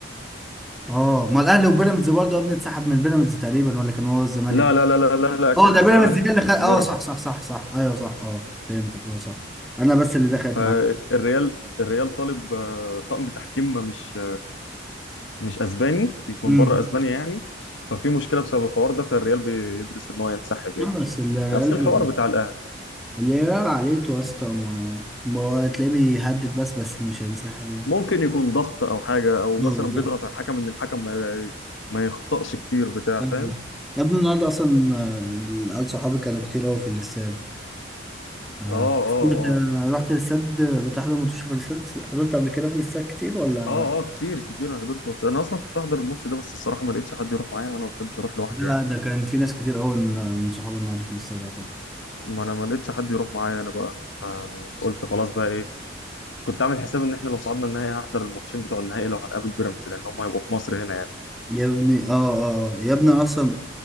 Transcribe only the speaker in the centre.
اه ما الاهلي وبيراميدز برضه يا ابني اتسحب من بيراميدز تقريبا ولا كان هو الزمالك
اه
ده
بيراميدز هي
اللي خد
اه
صح صح صح صح ايوه صح اه فهمتك اه صح انا بس اللي دخلت
معاك
امم
نعم، بس الريال
الريال عليته يا اسطى ما ما هو هتلاقيه بيهدد بس بس مش هينسحب يعني
اه
بالظبط
أيوة.
يا ابني النهارده اصلا آه، العيال صحابي كانوا كتير قوي في الاستاد آه،
بت...
رحت الاستاد بتحضر ماتش في الاستاد حضرت قبل كده في الاستاد كتير ولا
لا
ده كان في ناس كتير قوي من صحابي النهارده في الاستاد على فكرة
يا ابني اه اه يا ابني اصلا